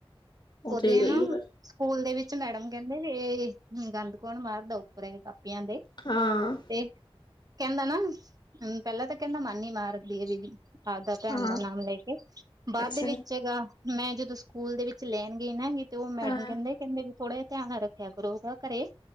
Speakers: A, on the left; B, on the right.
A: ਉਹ
B: ਔਹਦੇ
A: ਤੇ ਗਈ
B: ਨਾ
A: ਆ ਫਿਰ
B: ਸਕੂਲ ਦੇ ਵਿੱਚ ਮੈਡਮ ਕਹਿੰਦੇ ਵੀ ਗੰਦ ਕੌਣ ਮਾਰਦਾ ਉੱਪਰ ਕਾਪੀਆਂ ਦੇ
A: ਹਾਂ।
B: ਤੇ ਕਹਿੰਦਾ ਨਾ ਪਹਿਲਾਂ ਤਾਂ ਕਹਿੰਦਾ ਮਨ ਹੀ ਮਾਰਦੀ ਹੈ ਦੀਦੀ। ਆਪਦਾ ਭੈਣ
A: ਹਾਂ
B: ਦਾ ਨਾਮ ਲੈ ਕੇ, ਬਾਅਦ
A: ਅੱਛਾ
B: ਦੇ ਵਿੱਚ ਕਹੇਗਾ, ਮੈਂ ਜਦੋਂ ਸਕੂਲ ਦੇ ਵਿੱਚ ਲੈਣ ਤੇ ਨਾ, ਨੀ ਤੇ ਔਹ ਮੈਡਮ
A: ਹਾਂ
B: ਕਹਿੰਦੇ, ਕਿ ਨਾ ਥੋੜਾ ਜ ਧਿਆਨ ਰੱਖਿਆ ਕਰੋ ਗਾ ਘਰੇ